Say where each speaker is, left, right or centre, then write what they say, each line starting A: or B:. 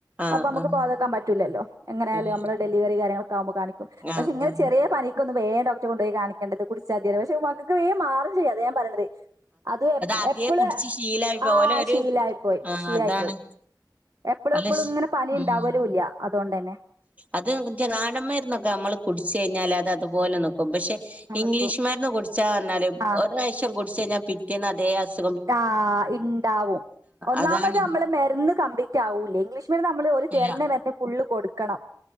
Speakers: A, on the right; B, on the right.
A: ആഹ്
B: അപ്പ മ്മക്ക്‌
A: ആഹ്
B: പോവാതക്കാൻ പറ്റൂലല്ലോ. എങ്ങനെയാലും
A: പിന്നെ
B: നമ്മളെ ഡെലിവറി കാര്യങ്ങളക്കെ ആവ്മ്പോ കാണി ക്കും
A: ആഹ്
B: പക്ഷെ ഇങ്ങനെ
A: ആഹ്
B: ചെറ്യേ പനിക്കൊന്നും വേം ഡോക്റ്റെ കൊണ്ടോയി കാണി ണ്ടത് കുടിച്ചാതി അറി. പക്ഷേ മക്കക്ക് വേം മാറും ചെയ്യും അതെ ഞാൻ പറിണത്. അത് എ
A: ആദ്യേ
B: എപ്പള്
A: കുടിച്ച് ശീലായി
B: ആഹ്
A: ഓലെ ഒരു
B: ശീലായി പോയി
A: ആഹ്
B: ശീലായി
A: അതാണ്
B: പോയി. എപ്പളും
A: ഓലെ
B: എപ്പളും
A: ശീ
B: ഇങ്ങനെ പനി ഇണ്ടാവലും
A: ഉം
B: ഇല്ല അതോണ്ടെന്നെ.
A: അത് നാടന്മാര്ന്നൊക്കെ നമ്മള് കുടിച്ച് കഴിഞ്ഞാല് അത് അതുപോലെ നിക്കും പക്ഷെ
B: അങ്ങനെ
A: ഇംഗ്ലീഷ്
B: നിക്കും
A: മര്ന്ന് കുടിച്ചാർഞ്ഞാല്
B: ആഹ്
A: ഒരു റാവശ്യം കുട്ച്ചഴിഞ്ഞാ പിറ്റേന്ന് അതേ അസു
B: ത്താ ഇണ്ടാവും. ഒന്നാമത്
A: അതാണ്
B: നമ്മള് മര്ന്ന് കമ്പ്ലീറ്റ് ആവൂല്ല. ഇംഗ്ലീഷ് മര്ന്ന് നമ്മള് ഓല്
A: അല്ല
B: തര്ണ മ ന്ന് ഫുള്ള് കൊട്ക്കണം.